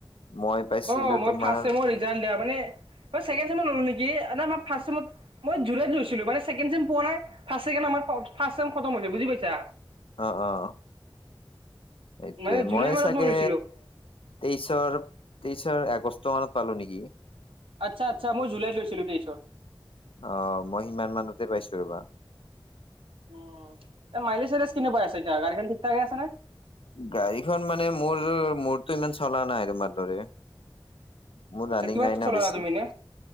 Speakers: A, on the left; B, on the right.
A: মই পাইছিলো
B: অ' মই
A: তোমাৰ
B: ফাষ্ট চেমৰ ৰিজাল্ট দিয়া মানে মই ছেকেণ্ড চেনত ল'লো নেকি? আ নাই মই ফাষ্ট চেমত মই জুলাইত লৈছিলো মানে ছেকেণ্ড চেম পোৱা নাই, ফাষ্ট ছেকেণ্ড আমাৰ ফ ফাষ্ট চেম খতম হৈছে বুজি পাইছা?
A: অ', অ'। সেইটোয়ে
B: মানে জুলাই
A: মই
B: মানত
A: চাগে
B: লৈছিলো
A: তেইশৰ, তেইশৰ আগষ্টমানত পালো নেকি।
B: আচ্ছা আচ্ছা মই জুলাইত লৈছিলোঁ তেইশত।
A: অ, ' মই সিমান মানতে পাইছোঁ ৰ'বা।
B: উম, এ মাইলেজ চাইলেজ কেনে পাই আছে এতিয়া গাড়ীখন ঠিক ঠাকে আছে নে?
A: গাড়ীখন মানে মোৰলৈ মোৰতো ইমান চলা নাই তোমাৰ দৰে। মোৰ
B: আচ্ছা
A: ৰানিং
B: কিমান
A: নাই ন
B: চলালা
A: বেছি।
B: তুমি এনে?